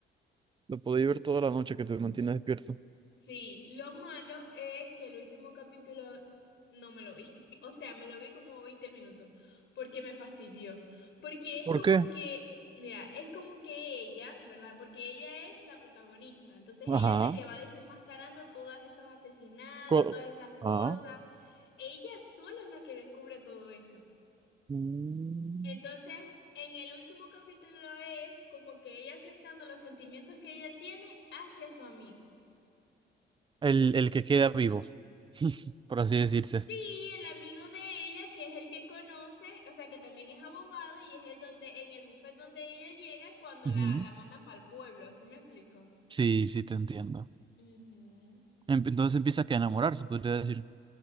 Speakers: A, on the right; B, on the left.
A: Lo puedo ver toda la noche que te mantiene despierto.
B: Sí, lo malo es que el último capítulo no me lo vi. <laughs> O sea, me lo vi como 20 minutos porque me fastidió. Porque es
A: ¿Por
B: como
A: qué?
B: que, mira, es como que ella, ¿verdad? Porque ella es la protagonista. Entonces
A: Ajá.
B: ella es la que va desenmascarando todos esos asesinatos,
A: Co-
B: todas esas cosas.
A: ah.
B: Ella sola es la que descubre todo eso.
A: Mm.
B: Entonces, en el último capítulo es como que ella aceptando los sentimientos que ella tiene hacia su amigo.
A: El, el que queda vivo, <laughs> por así decirse.
B: Sí, el amigo de ella, que es el que conoce, o sea, que también es abogado y es el donde, en el buffet donde ella llega cuando
A: Ujú.
B: la, la mandan para el pueblo, ¿sí me explico?
A: Sí, sí, te entiendo.
B: Ujú.
A: Em- Entonces empieza que a enamorar, se podría decir.